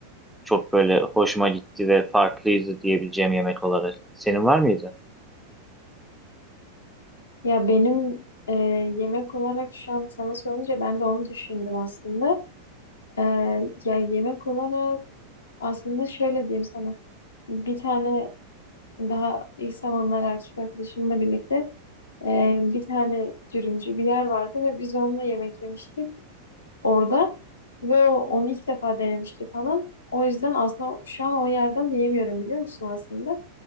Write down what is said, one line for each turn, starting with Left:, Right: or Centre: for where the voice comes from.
Centre: çok böyle hoşuma gitti ve farklıydı diyebileceğim yemek olarak. Senin var mıydı?
Left: Ya benim e, yemek olarak şu an sana sorunca ben de onu düşündüm aslında. Ee, ya yemek olarak aslında şöyle diyeyim sana. Bir tane daha ilk zamanlar erkek arkadaşımla birlikte e, bir tane dürümcü bir yer vardı ve biz onunla yemek yemiştik orada ve o, onu ilk defa denemişti falan. O yüzden aslında şu an o yerden de yemiyorum biliyor musun aslında.